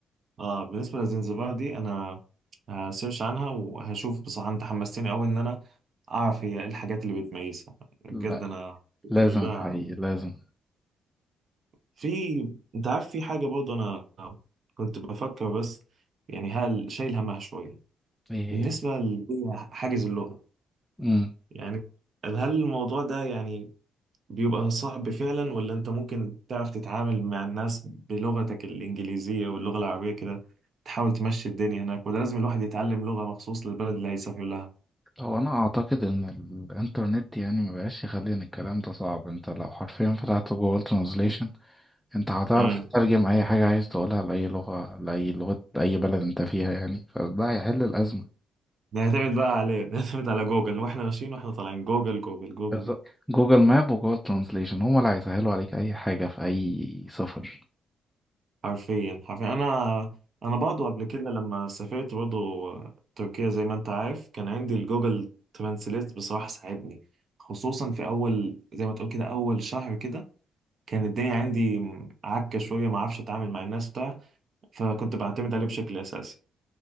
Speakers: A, on the right; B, in the centre.
A: اه بالنسبه لزنزبار دي انا هسيرش عنها وهشوف بصراحه انت حمستني قوي ان انا اعرف هي ايه الحاجات اللي بتميزها بجد
B: لا
A: انا باذن
B: لازم
A: الله
B: حقيقي لازم
A: في انت عارف في حاجة برضه انا كنت بفكر بس يعني هل شايل همها شوية
B: ايه
A: بالنسبة اللي هي حاجز اللغة
B: هي
A: يعني هل هل الموضوع ده يعني بيبقى صعب فعلا ولا انت ممكن تعرف تتعامل مع الناس بلغتك الإنجليزية واللغة العربية كده تحاول تمشي الدنيا هناك ولا لازم الواحد يتعلم لغة مخصوص للبلد اللي هيسافر لها
B: هو انا اعتقد ان الانترنت يعني مبقاش يخلي ان الكلام ده صعب انت لو حرفيا فتحت جوجل ترانزليشن انت هتعرف
A: امم
B: تترجم اي حاجة عايز تقولها لأي لغة لأي لغة أي بلد انت فيها يعني فده هيحل الأزمة
A: نعتمد بقى عليه نعتمد على جوجل واحنا ماشيين واحنا طالعين جوجل جوجل جوجل
B: بالظبط جوجل ماب وجوجل ترانزليشن هما اللي هيسهلوا عليك أي حاجة في أي سفر
A: حرفيا حرفيا انا انا برضه قبل كده لما سافرت برضه تركيا زي ما انت عارف كان عندي الجوجل ترانسليت بصراحة ساعدني خصوصا في اول زي ما تقول كده اول شهر كده كان الدنيا عندي عكة شوية ما اعرفش اتعامل مع الناس بتاع فكنت بعتمد عليه بشكل اساسي